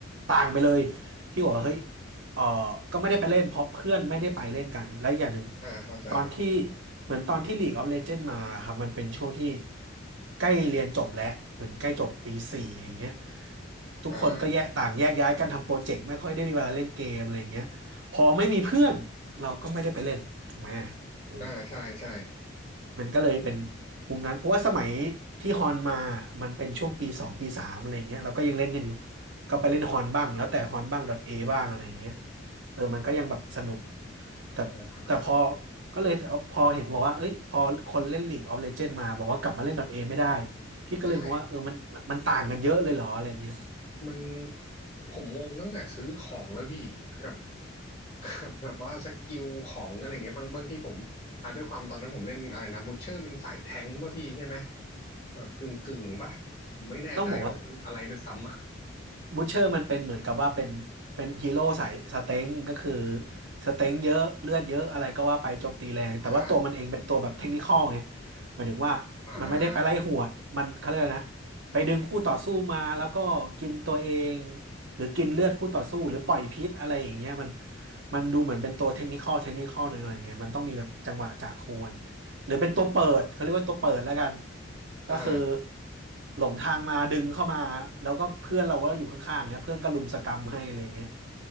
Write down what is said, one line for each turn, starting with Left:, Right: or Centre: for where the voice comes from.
Right: ต่างไปเลยพี่บอกว่าเฮ้ย เออก็ไม่ได้ไปเล่นเพราะเพื่อนไม่ได้ไปเล่นกันและอย่างหนึ่ง
Left: อ่าเข้าใจ
Right: ตอนที่เหมือนตอนที่ League of Legends มาครับมันเป็นช่วงที่ใกล้เรียนจบแล้วเหมือนใกล้จบปีสี่อย่างเงี้ยทุกคนก็แยกต่างแยกย้ายกันทำโปรเจกต์ไม่ค่อยได้มีเวลาเล่นเกมอะไรอย่างเงี้ยพอไม่มีเพื่อนเราก็ไม่ได้ไปเล่นถูกไหม
Left: อ่า
Right: เออ
Left: อ่าใช่ใช่
Right: มันก็เลยเป็นมุมนั้นเพราะว่าสมัยที่ฮอนมามันเป็นช่วงปีสองปีสามอะไรอย่างเงี้ยเราก็ยังเล่นกันอยู่ก็ไปเล่นฮอนบ้างแล้วแต่ฮอนบ้าง a บ้างอะไรอย่างเงี้ยเออมันก็ยังแบบสนุกแต่แต่พอ
Left: อ่า
Right: ก็เลยพอเห็นบอกว่าเอ้ยพอคนเล่น League of Legends มาบอกว่ากลับมาเล่น A ไม่ได้พี่ก็เลยงงว่าเออมันมันมันต่างกันเยอะเลยเหรออะไรอย่างเงี้ย
Left: ใช่มันผมงงตั้งแต่ซื้อของแล้วพี่กับกับแบบว่าสกิลของอะไรเงี้ยบางบางทีผมอ่าด้วยความตอนนั้นผมเล่นอะไรนะบูชเชอร์มันสายแทงค์ป่ะพี่ใช่ไหมแบบกึ่งกึ่งป่ะผมไม่แน่ใจว่ามันอะไรด้วยซ้ำอะ
Right: ต้องบอกว่า บูชเชอร์มันเป็นเหมือนกับว่าเป็นเป็นฮีโร่สายสเต็งก็คือสเต็งเยอะเลือดเยอะอะไรก็ว่าไปโจมตีแรงแต่ว่าตัวมันเองเป็นตัวแบบเทคนิคอลไง
Left: อ่า
Right: หมายถึงว่ามันไม่ได้ไปไล่หวดมันเขาเรียกอะไรนะไปดึงคู่ต่อสู้มาแล้วก็กินตัวเอง
Left: อ่า
Right: หรือกินเลือดคู่ต่อสู้หรือปล่อยพิษอะไรอย่างเงี้ยมันมันดูเหมือนเป็นตัวเทคนิคอลเทคนิคอลหน่อยๆไงมันต้องมีแบบจังหวะจะโคนหรือเป็นตัวเปิดเขาเรียกว่าตัวเปิดแล้วกัน
Left: อ่า
Right: ก็คือหลงทางมาดึงเข้ามาแล้วก็เพื่อนเราก็อยู่ข้างๆเนี่ยเพื่อนก็รุมสกรรมให้อะไรเงี้ย